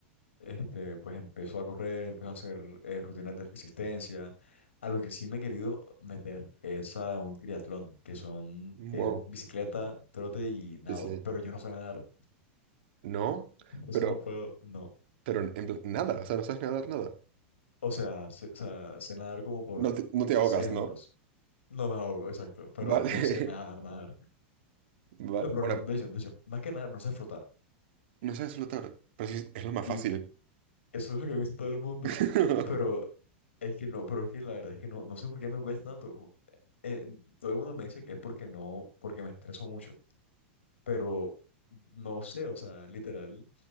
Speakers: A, on the left; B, on the right.
A: Este, pues empezó a correr, empezó a hacer eh, rutinas de resistencia. A lo que sí me he querido meter es a un triatlón, que son
B: Wow,
A: que es bicicleta, trote y nado,
B: sí, sí, sí.
A: pero yo no sé nadar,
B: No,
A: entonces
B: pero,
A: no puedo, no.
B: pero en pla- nada, o sea, no sabes nadar nada.
A: O sea, sé, o sea, sé nadar como por
B: No te, no te ahogas,
A: 6 metros.
B: ¿no?
A: No me ahogo, exacto, pero
B: Vale,
A: no sé nadar, nadar.
B: <laughs> va-
A: No, pero
B: bueno,
A: no, de hecho, de hecho, más que nadar, no sé flotar.
B: no sabes flotar, pero sí, es lo más
A: Y
B: fácil.
A: eso es lo que me dice todo el mundo.
B: <laughs>
A: Pero es que no, pero es que la verdad es que no, no sé por qué me cuesta tanto. eh, todo el mundo me dice que es porque no, porque me estreso mucho, pero no sé, o sea, literal,